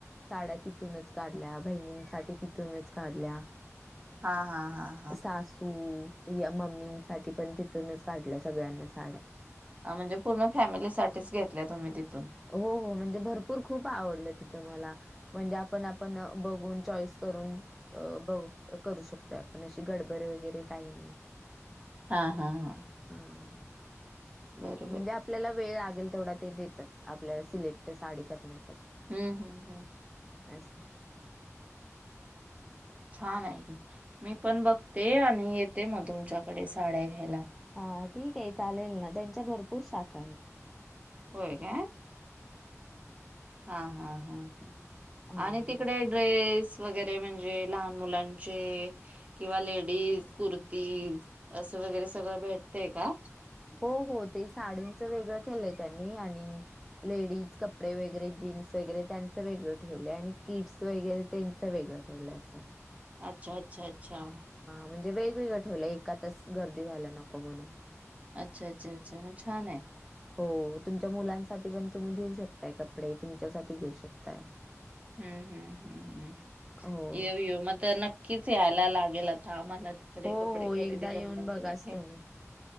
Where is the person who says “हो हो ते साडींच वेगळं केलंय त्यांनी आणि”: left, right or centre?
Centre